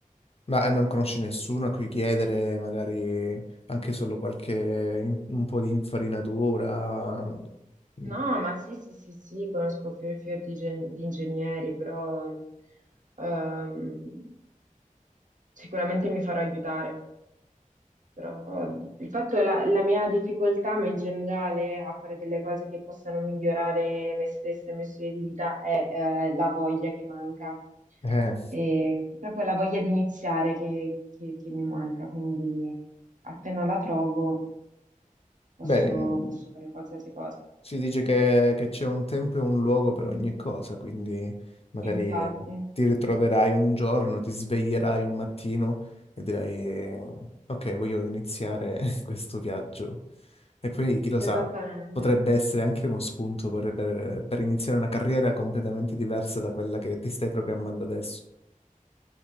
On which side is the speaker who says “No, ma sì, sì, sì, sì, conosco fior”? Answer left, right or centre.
Right